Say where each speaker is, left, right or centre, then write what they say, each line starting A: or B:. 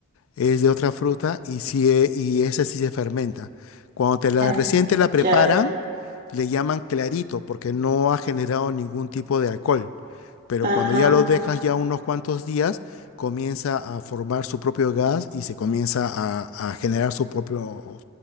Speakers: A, on the left; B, on the right.
A: es de otra fruta y, si, e- y esa sí se fermenta. Cuando te la
B: Mm.
A: recién te la preparan,
B: Ya.
A: le llaman clarito porque no ha generado ningún tipo de alcohol. Pero
B: Ajá,
A: cuando ya lo dejas ya unos cuantos días, comienza a formar su propio gas y se comienza a, a generar su propio,